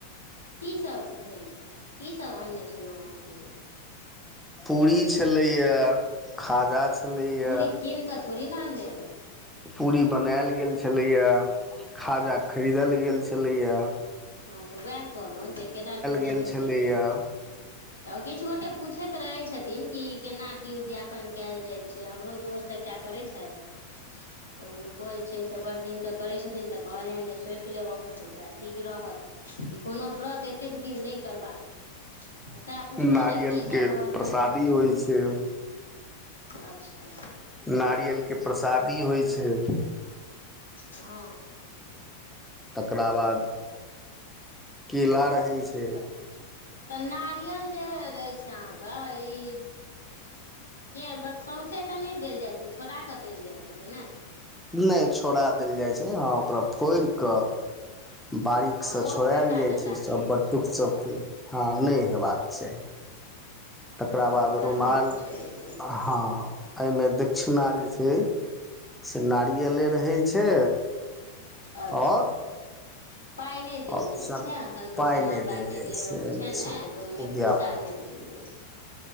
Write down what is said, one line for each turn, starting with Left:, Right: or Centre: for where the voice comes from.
Left: कीसभ भेल छल कीसभ आनने छलो अहाँ कीन कऽ
Centre: पुरी छले या खाजा छलैया
Left: पूरी कीन कऽ थोड़ी ने अनने एबै
Centre: पूरी बनायल गेल छलैया खाजा
Left: अच्छा
Centre: खरीदल गेल छलैया
Left: हँ तऽ उएह कहलहुँ जे केरा की लेने
Centre: गेल छलैए
Left: छलियै किछ गोटे पूछेत रहे छथिन कि केना की उद्यापन कयल जाय छै हमरो दोस्त एटा करे छै तऽ हुनको जे छै से बड दिनसँ करै छथिन तऽ कहलियनि जे सौँप लेब अहूँ तऽ सएह ठीक रहल कोनो व्रत एतेक दिन नय करबाक चाही तऽ सेह पुछलहुँ
Centre: नारियल
Left: जे कीसभ
Centre: के
Left: व्यवस्था
Centre: प्रसादी
Left: कयने
Centre: होइ
Left: छलौ
Centre: छै
Left: अच्छा
Centre: नारियलके प्रसादी होय छै
Left: हाँ
Centre: तकरा बाद केला रहै छै
Left: तऽ तऽ जे रहै छई ई के सौँसे तऽ नय देल जाइत ह छोड़ाके देल जाइत हेतै न
Centre: नय छोड़ा देल जाइ छै हँ ओकरा फोड़ कऽ बारीक
Left: हँ
Centre: से
Left: ओ
Centre: छोड़ायल
Left: खट्टा
Centre: जाइ
Left: तट्टा
Centre: छै सब
Left: नहि होइ
Centre: बटुक
Left: छै ओहि
Centre: सबके
Left: दुआरे
Centre: हँ नय हेबाक चाही तकरा
Left: ओ
Centre: बाद
Left: खट्टा
Centre: रुमाल
Left: नहि होइ छै एहिके चलते
Centre: हँ एहिमे दक्षिणा जे छै से नारियले रहै छै
Left: अच्छा
Centre: आओर
Left: पाई नहि देल
Centre: ऑप्शन
Left: जाइ छै अ सन्तोषी
Centre: पाइ
Left: माता
Centre: नहि देल
Left: के
Centre: जाइ
Left: जे होइ
Centre: एहिमे
Left: छै
Centre: सब
Left: ने तऽ ओहिमे
Centre: उद्यापन
Left: पैसा नहि देल जाय छै